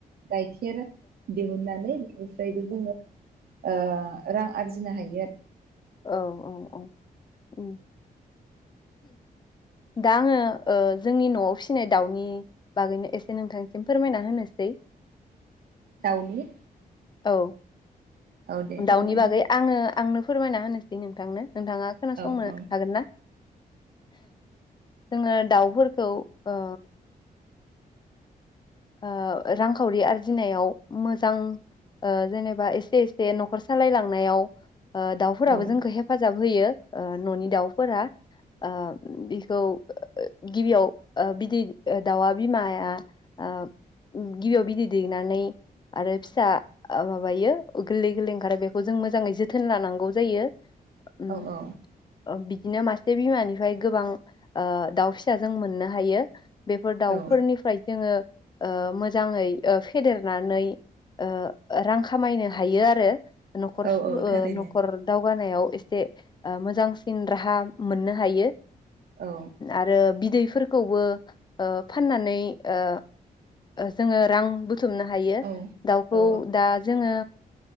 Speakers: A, on the right; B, on the left.
A: गाइखेर दिहुननानै बेनिफ्रायबो जोङो ओ रां आरजिनो हायो आ
B: औ औ औ उम दा आङो ओ जोंनि नआव फिसिनाय दाउनि बागैनो एसे नोंथांसिम फोरमायना होनोसै।
A: दाउनि
B: औ
A: औ दे फोरमाय
B: दाउनि बागै आङो आंनो फोरमायना होनोसै नोंथांनो। नोंथाङा खोनासंनो
A: औ औ
B: हागोन ना? जोङो दाउफोरखौ ओ ओ रांखावरि आरजिनायाव मोजां जेनेबा एसे एसे नखर सालायलांनायाव ओ दाउफोराबो
A: औ
B: जोंखौ हेफाजाब होयो अ न'नि दाउफोरा अ बेखौ गिबियाव बिदै दाउआ बिमाया आ गिबियाव बिदै दैनानै आरो फिसा माबायो गोरलै गोरलै ओंखारो बेखौ जों मोजाङै जोथोन लानांगौ जायो। उम
A: औ औ
B: अ बि दिनो मासे बिमानिफ्राय गोबां आ दाउ फिसा जों मोननो हायो। बेफोर दाउफोरनिफ्राय
A: औ
B: जोङो ओ मोजाङै ओ फेदेरनानै ओ रां खामायनो हायो आरो। नखर
A: औ
B: स
A: औ थारैनो
B: नखर दाव गानायाव एसे मोजांसिन राहा मोननो हायो।
A: औ
B: आरो बिदै फोरखौबो ओ फाननानै ओ जोङो रां बु थुमनो हायो
A: औ
B: दाउखौ
A: औ
B: दा जोङो